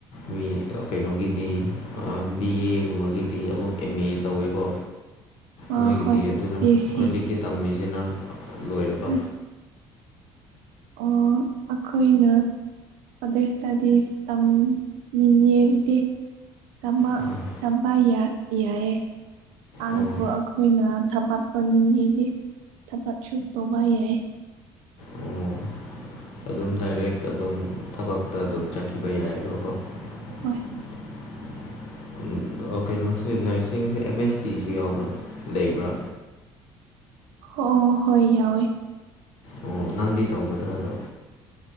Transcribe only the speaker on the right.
ꯑꯥ
ꯍꯣꯏ
ꯄꯤ ꯑꯩꯆ ꯁꯤ
ꯍꯣꯏ ꯑꯣ ꯑꯩꯈꯣꯏꯅ ꯑꯗꯣ ꯏꯁꯤꯇꯗꯤ ꯇꯝ ꯅꯤꯉꯦ ꯑꯩꯗꯤ ꯇꯝꯃꯥ
ꯇꯝꯃꯥ ꯌꯥꯏ ꯌꯦ ꯑꯗꯥ
ꯄꯣꯔꯛꯑꯒꯥ ꯑꯩꯈꯣꯏꯅ ꯊꯕꯛ ꯇꯧꯅꯤꯡꯉꯤꯗꯤ ꯊꯕꯛ ꯁꯨ ꯇꯧꯕ ꯌꯥꯏꯌꯦ
ꯍꯣꯏ
ꯑꯣ ꯍꯣꯏ ꯌꯥꯎꯋꯦ